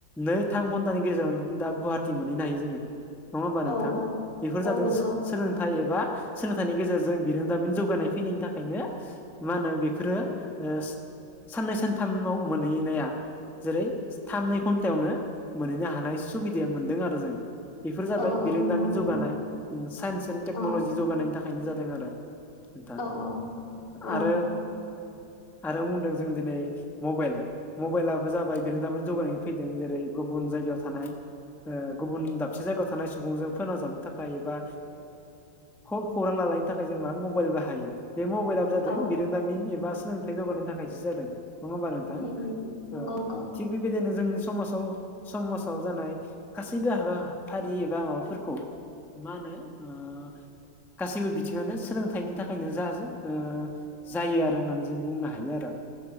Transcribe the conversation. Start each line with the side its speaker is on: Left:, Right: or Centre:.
Centre: नै थाम घन्टानि गेजेराव दा गुवाहाटि मोनहैनो हायो जोङो नङा होमबा नोंथां
Left: औ औ
Centre: बेफोर जादों
Left: औ नंगौ
Centre: सोलोंथाइ एबा सोलोंथाइनि गेजेरजों बिरोंदामिन जौगानाय फैनायनि थाखायनो मा होनो बेफोरो ओ साननै सानथामाव मोनहैनाया जेरै थामनै घन्टायावनो मोनहैनो हानाय सुबिदाया मोनदों आरो जों बेफोर जाबाय
Left: औ
Centre: बिरोंदामिन
Left: औ नंगौ नोंथां
Centre: जौगानाय साइन्स एन्ड टेक्नलजि
Left: औ
Centre: जौगानायनि थाखायनो जादों आरो नोंथां
Left: औ औ औ
Centre: आरो आरो बुंदों जों दिनै मबाइल मबाइलाबो जाबाय बेनो दा माने जौगानाय फैदों जेरै गुबुन जायगायाव थानाय ओ गुबुन दाबसे जायगायाव थानाय सुबुंजों फोनांजाबनो थाखाय एबा ओ खौरां लानो लानाय नि थाखाय जों मा मबाइल बाहायो बे मबाइलाबो जादों
Left: औ
Centre: बिरोंदामिन एबा सोलोंथाइ जौगानायनि थाखायसो जादों नङा होमबा नोंथां
Left: उम उम उम नंगौ
Centre: औ
Left: नंगौ
Centre: थिग बेबायदिनो जोंनि समाजाव समाजाव जानाय गासैबो हाबाफारि एबा माबाफोरखौ मा होनो ओ गासैबो बिथिं आनो सोलोंथाइनि थाखायनो जा ओ जायो आरो होननानै जों बुंनो हायो आरो